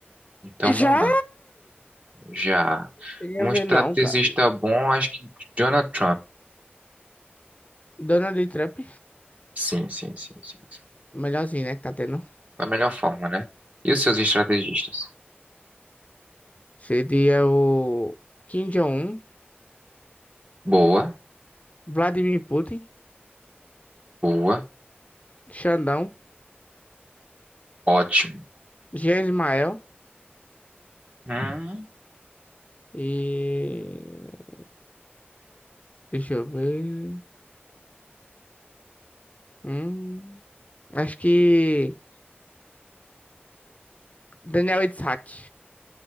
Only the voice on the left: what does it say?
Já!
Cheguei
a ver
não, cara.
Donald Trump,
melhorzinho, né, que tá tendo.
Seria o Kim Jong-un,
Vladimir Putin,
Xandão,
Jean Ismael
e... Deixa eu ver. Hum, acho que Daniel Itzhak.